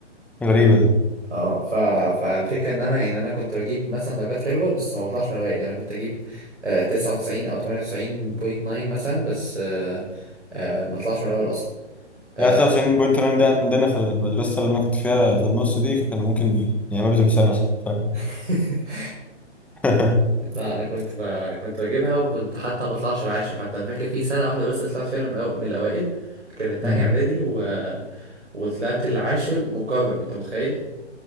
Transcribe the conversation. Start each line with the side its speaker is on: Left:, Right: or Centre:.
Centre: غريبه دي
Right: اه ف... فالفكرة ان انا ان انا كنت بجيب مثلا درجات حلوة بس ما بطلعش من الاوائل يعني انا كنت اجيب آه 99 او 98.9 مثلا بس آه آه ما اطلعش من الاوائل اصلا آه
Centre: يعني 99.9 ده عندنا في المدرسه اللي انا كنت فيها في النص دي كانوا ممكن يعملوا تمثال مثلا فاهم
Right: <laughs>
Centre: <laughs>
Right: لا انا كنت ب... كنت بجيبها وكنت حتى ما بطلعش العاشر حتى انا فاكر في سنه واحده بس طلعت فعلا من, الأو... من الاوائل كانت تانية
Centre: امم
Right: اعدادي و... وطلعت العاشر مكرم انت متخيل